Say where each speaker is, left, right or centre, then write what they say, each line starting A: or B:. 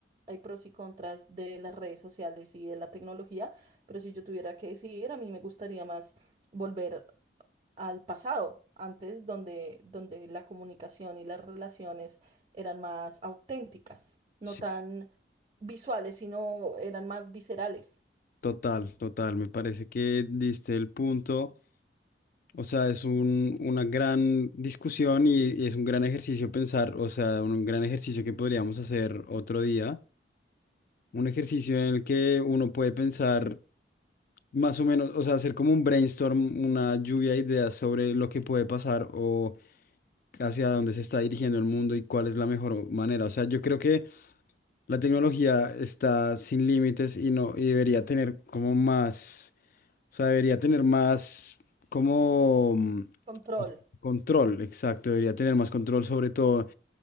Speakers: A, on the right; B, on the left.
A: hay pros y contras de las redes sociales y de la tecnología, pero si yo tuviera que decidir, a mí me gustaría más volver al pasado, antes donde, donde la comunicación y las relaciones eran más auténticas, no
B: Sí,
A: tan visuales, sino eran más viscerales.
B: Total, total, me parece que diste el punto. O sea, es un, una gran discusión y, y es un gran ejercicio pensar, o sea, un gran ejercicio que podríamos hacer otro día. Un ejercicio en el que uno puede pensar más o menos, o sea, hacer como un brainstorm, una lluvia de ideas sobre lo que puede pasar o hacia dónde se está dirigiendo el mundo y cuál es la mejor manera. O sea, yo creo que la tecnología está sin límites y no, y debería tener como más, o sea, debería tener más como mm,
A: Control.
B: control, exacto, debería tener más control sobre todo.